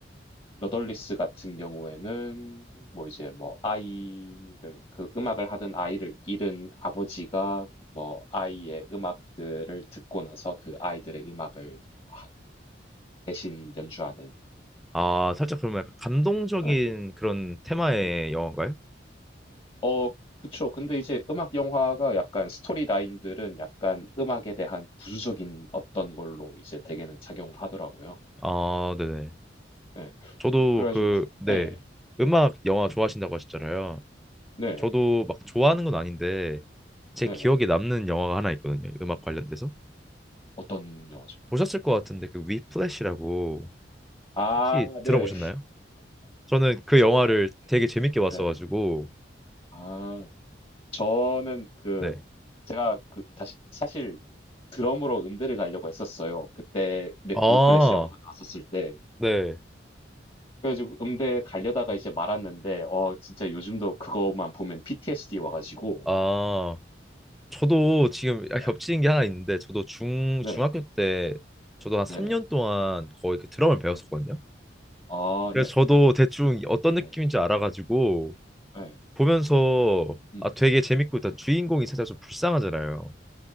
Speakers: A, on the left; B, in the centre.
A: 러덜리스 같은 경우에는 뭐 이제 뭐 아이를 그 음악을 하던 아이를 잃은 아버지가 뭐 아이의 음악들을 듣고 나서 그 아이들의 음악을 하- 대신 연주하는.
B: 아, 살짝 그러면 약간 감동적인
A: 응.
B: 그런 테마의
A: 음.
B: 영화인가요?
A: 어, 그쵸. 근데 이제 음악 영화가 약간 스토리 라인들은 약간 음악에 대한 부수적인 어떤 걸로 이제 대개는 작용을 하더라고요.
B: 아, 네네.
A: 예.
B: 저도
A: 그래가지고,
B: 그,
A: 그-
B: 네,
A: 네,
B: 음악, 영화 좋아하신다고 하셨잖아요.
A: 네네,
B: 저도 막 좋아하는 건 아닌데 제
A: 네네.
B: 기억에 남는 영화가 하나 있거든요. 음악 관련돼서.
A: 어떤 영화죠?
B: 보셨을 것 같은데 그 위플래시라고
A: 네. 아,
B: 혹시 들어보셨나요?
A: 네네.
B: 저는 그
A: 저
B: 영화를
A: 네네.
B: 되게 재밌게 봤어가지고
A: 네네. 아 저는 그
B: 네.
A: 제가 그 다시 사실 드럼으로 음대를 가려고 했었어요. 그때 랩
B: 아,
A: 위플래시 영어가 나왔었을 때.
B: 네.
A: 그래가지고 음대 가려다가 이제 말았는데 어 진짜 요즘도 그것만 보면 PTSD 와가지고
B: 아, 저도 지금 약간
A: 네.
B: 겹치는 게 하나 있는데 저도 중
A: 네네
B: 중학교 때 저도 한 3년
A: 네네
B: 동안 거의 그 드럼을 배웠었거든요.
A: 네. 아
B: 그래서
A: 네네
B: 저도 대충 어떤 느낌인지
A: 네.
B: 알아가지고
A: 네. 네.
B: 보면서
A: 음.
B: 아 되게 재밌고 일단 주인공이 살짝 좀 불쌍하잖아요.